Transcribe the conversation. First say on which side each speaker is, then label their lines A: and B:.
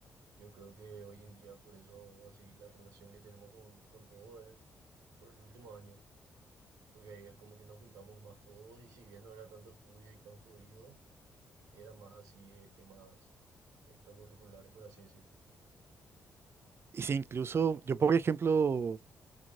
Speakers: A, on the right (about 80°); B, on the right (about 45°).
A: Yo creo que hoy en día, por eso, así, la relación que tenemos con, con todo es por el último año, porque ahí es como que nos juntamos más todos y si bien no era tanto estudio y tan jodido, era más así eh, temas extracurriculares, por así decir.
B: Y si incluso, yo por ejemplo,